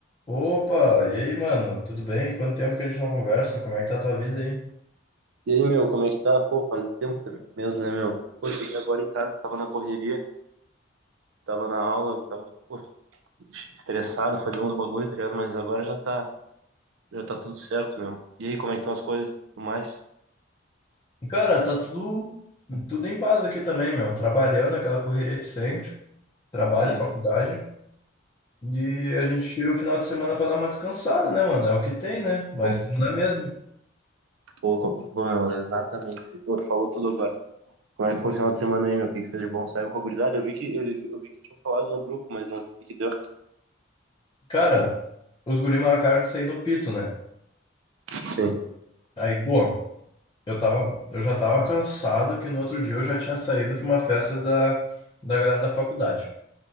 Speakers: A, on the left; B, on the right.
A: Opa, e aí, mano? Tudo bem? Quanto tempo que a gente não conversa? Como é que tá a tua vida aí?
B: E aí, meu, como é que tá? Pô, faz tempo mesmo, né, meu? Pô, cheguei agora em casa, tava na correria, tava na aula, tava, pô, estressado, fazendo uns bagulhos, tá ligado? Mas agora já tá, já tá tudo certo, meu. E aí, como é que estão as coisas? Tudo mais?
A: Cara, tá tudo, tudo em paz aqui também, meu. Trabalhando aquela correria de sempre, trabalho,
B: Sim.
A: faculdade. E a gente tira o final de semana pra dar uma descansada, né, mano? É o que tem, né? Mas
B: Pô,
A: estamos na mesma.
B: pô, co- bom, meu, exatamente. Pô, tu falou tudo agora. Como é que foi o final de semana aí, meu? O que que fez de bom? Saiu com a gurizada? Eu vi que, eu, eu vi que tinham falado no grupo, mas não vi o que que deu.
A: Cara, os guri marcaram de sair no pito, né?
B: Sim.
A: Aí, pô, eu tava, eu já tava cansado que no outro dia eu já tinha saído pra uma festa da, da galera da faculdade.